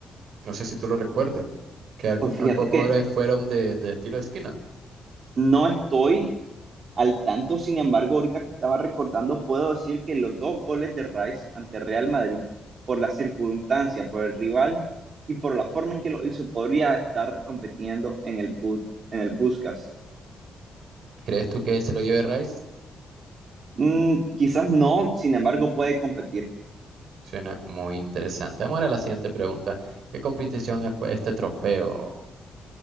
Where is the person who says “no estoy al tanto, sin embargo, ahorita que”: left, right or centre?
Right